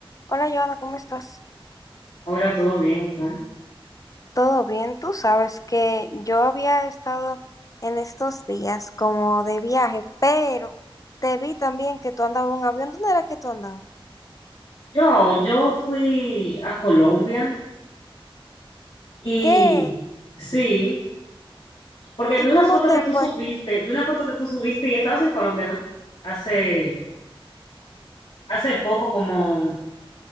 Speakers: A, on the left (about 35°); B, on the left (about 65°).
A: Hola, Joana, ¿cómo estás?
B: Hola, ¿todo bien? ¿Y tú?
A: ¿Todo bien? Tú sabes que yo había estado en estos días como de viaje, pero te vi también que tú andabas en un avión. ¿Dónde era que tú andabas?
B: Yo, yo fui a Colombia y
A: ¿Qué?
B: sí, porque
A: ¿Y
B: vi unas
A: cómo
B: fotos
A: te
B: que tú
A: fue?
B: subiste, vi una foto que tú subiste y estabas en Colombia, ¿no? Hace, hace poco, como